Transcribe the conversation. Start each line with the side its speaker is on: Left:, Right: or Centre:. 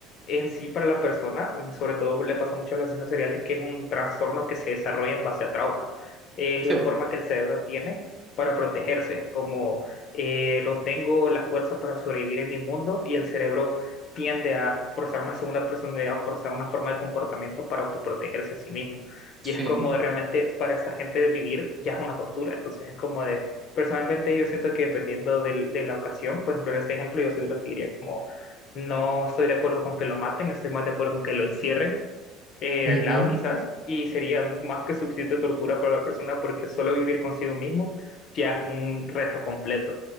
Left: en sí para la persona, sobre todo le pasa mucho a los asesinos seriales, que es un trastorno que se desarrolla en base a traumas. Es
Right: sí,
Left: la
Right: po,
Left: forma que el cerebro tiene para protegerse, como eh, no tengo la fuerza para sobrevivir en mi mundo y el cerebro tiende a forzar una segunda personalidad o forzar una forma de comportamiento para autoprotegerse a sí mismo.
Right: sí,
Left: Y es como de realmente para esta gente vivir ya es una tortura. Entonces es como de, personalmente yo siento que dependiendo del- de, la ocasión, por ejemplo, en este ejemplo yo soy de los que diría como, no estoy de acuerdo con que lo maten, estoy más de acuerdo con que lo encierren, eh,
Right: ujú,
Left: aislado quizás, y sería más que suficiente tortura para la persona porque solo vivir consigo mismo ya es un reto completo.